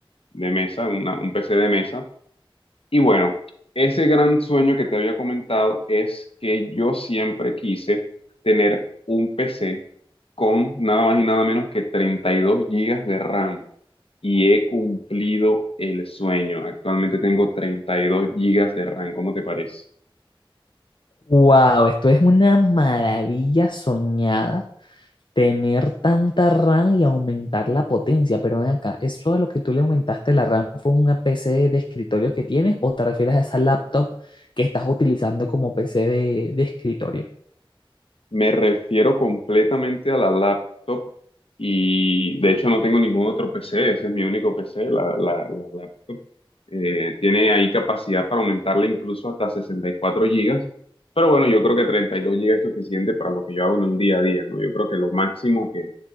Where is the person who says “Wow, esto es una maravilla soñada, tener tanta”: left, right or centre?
Left